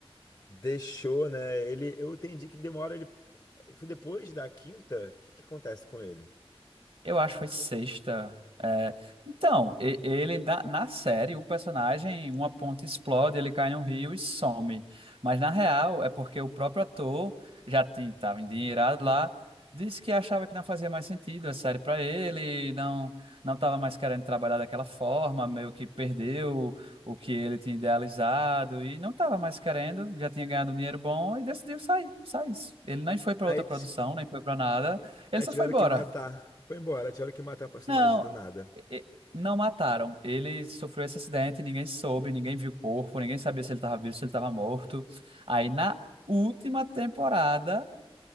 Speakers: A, on the left; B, on the right.
A: deixou, né? Ele, eu entendi que demora ele. Foi depois da quinta? O que que acontece com ele?
B: Eu acho que foi sexta. É, Então, e- ele na, na série, o personagem, uma ponta explode, ele cai num rio e some. Mas na real, é porque o próprio ator já estava endinheirado lá, disse que achava que não fazia mais sentido a série para ele, não não estava mais querendo trabalhar daquela forma, meio que perdeu o que ele tinha idealizado e não estava mais querendo, já tinha ganhado um dinheiro bom e decidiu sair, sair. Ele nem foi para
A: Aí
B: outra produção, nem foi para nada, ele
A: Aí
B: só
A: tiveram
B: foi embora.
A: que matar. Foi embora, aí tiveram que matar o personagem
B: Não,
A: do nada.
B: e- e- não mataram. Ele sofreu esse acidente, ninguém soube, ninguém viu o corpo, ninguém sabia se ele estava vivo, se ele estava morto. Aí na última temporada,